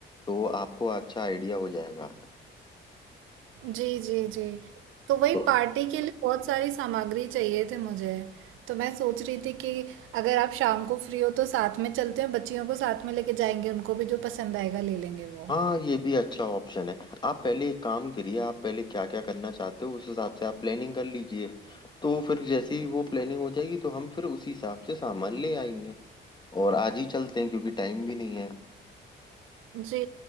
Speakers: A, on the left (about 20°); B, on the right (about 85°).
A: तो आपको अच्छा आइडिया हो जाएगा
B: जी जी जी तो वही
A: तो
B: पार्टी के लिए बहुत सारी सामग्री चाहिए थी मुझे तो मैं सोच रही थी कि अगर आप शाम को फ्री हो तो साथ में चलते हैं बच्चियों को साथ में लेके जाएंगे उनको भी जो पसंद आएगा ले लेंगे वो
A: हाँ ये भी अच्छा ऑप्शन है आप पहले एक काम करिए आप पहले क्या क्या करना चाहते हो उस हिसाब से आप प्लानिंग कर लीजिए तो फिर जैसी वो प्लानिंग हो जाएगी तो हम फिर उसी हिसाब से सामान ले आएंगे और आज ही चलते हैं क्योंकि टाइम भी नहीं है
B: जी